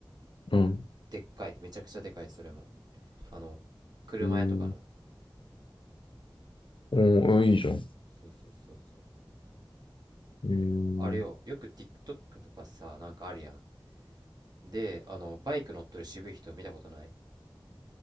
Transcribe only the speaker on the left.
うん。
えー、おー、いいじゃん。
えー、